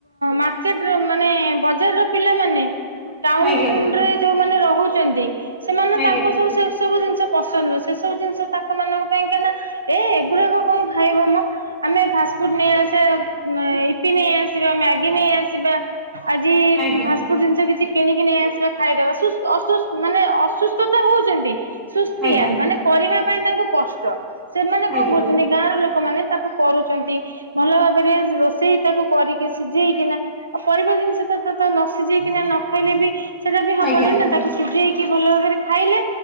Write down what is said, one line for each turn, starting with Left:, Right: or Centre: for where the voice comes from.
Right: ମାର୍କେଟର ମାନେ ବଜାରର ପିଲାମାନେ ଟାଉନରେ
Centre: ଆଜ୍ଞା
Right: ଯଉମାନେ ରହୁଛନ୍ତି ସେମାନେ
Centre: ଆଜ୍ଞା।
Right: ତାଙ୍କୁ ସବୁ ସେସବୁ ଜିନଷ ପସନ୍ଦ ନୁହଁ ସେ ସବୁ ଜିନିଷ ତାଙ୍କ ମାନଙ୍କ ପାଇଁ କା ନା। ଏଇ ଏଗୁଡାକ କଣ ଖାଇବ ମ ଆମେ ଫା ଫାଷ୍ଟଫୁଡ ନେଇ ଆସିବା ଅ ଇପି ନେଇ ଆସିବା ମ୍ୟାଗି ନେଇ ଆସିବା ଆଜି
Centre: ଆଜ୍ଞା
Right: ଫାଷ୍ଟ ଫାଷ୍ଟଫୁଡ ଜିନିଷ କିଛି କିଣିକି ନେଇ ଆସିବା ଖାଇଦବା ଅସୁସ୍ଥ ଅସୁସ୍ଥ ମାନେ ଅସୁସ୍ଥତା ହଉଛନ୍ତି। ସୁସ୍ଥିଆ
Centre: ଆଜ୍ଞା
Right: ମାନେ କରିବା ପାଇଁ ତାଙ୍କୁ କଷ୍ଟ ସେମାନେ
Centre: ଆଜ୍ଞା
Right: କଣ କରୁଛନ୍ତି। ଗାଁର ଲୋକମାନେ ତାକୁ କରୁଛନ୍ତି ଭଲ ଭାବରେ ରୋଷେଇ ତାକୁ କରିକି ସିଝେଇକିନା ଆଉ ପରିବା ଜିନିଷ ତ ତେ ନସିଝେଇକିନା ନ ଖାଇଲେ ବି ସେଇଟା ବି ହବନି
Centre: ଆଜ୍ଞା ଆଜ୍ଞା
Right: ନା ତାକୁ ସିଝେଇକି ଭଲ ଭାବରେ ଖାଇଲେ